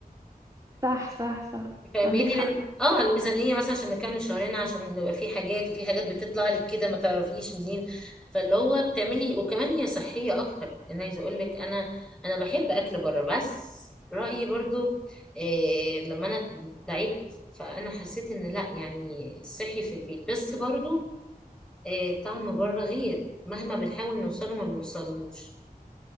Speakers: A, on the right; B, in the centre.
A: صح صح صح
B: فاهماني
A: عندك حق
B: لان اه الميزانيه مثلا عشان نكمل شهرين عشان نبقى في حاجات وفي حاجات بتطلع لك كده ما تعرفيش منين فاللي هو بتعملي وكمان هي صحيه اكتر انا عايزه اقول لك انا انا بحب اكل بره بس رايي برضو إيه لما انا تعبت فانا حسيت ان لا يعني صحي في البيت بس برضو إيه طعم بره غير مهما بنحاول نوصله ما بيوصلوش